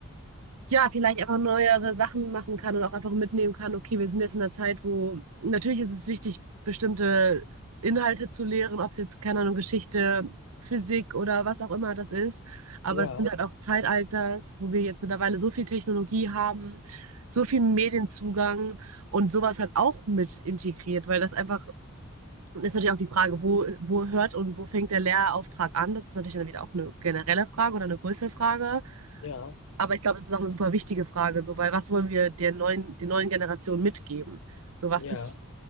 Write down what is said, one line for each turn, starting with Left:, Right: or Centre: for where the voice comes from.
Right: ja, vielleicht einfach neuere Sachen machen kann und auch einfach mitnehmen kann, okay, wir sind jetzt in einer Zeit, wo natürlich ist es wichtig, bestimmte Inhalte zu lehren, ob es jetzt, keine Ahnung, Geschichte, Physik oder was auch immer das ist. Aber
Left: Ja,
Right: es sind halt auch Zeitalters, wo wir jetzt mittlerweile so viel Technologie haben, so viel Medienzugang und sowas halt auch mit integriert, weil das einfach, das ist natürlich auch die Frage, wo, wo hört und wo fängt der Lehrauftrag an? Das ist natürlich dann wieder auch eine generelle Frage oder eine größere Frage.
Left: ja,
Right: Aber ich glaube, das ist auch eine super wichtige Frage, so, weil was wollen wir der neuen, der neuen Generation mitgeben? So, was
Left: ja.
Right: ist,
Left: Ja,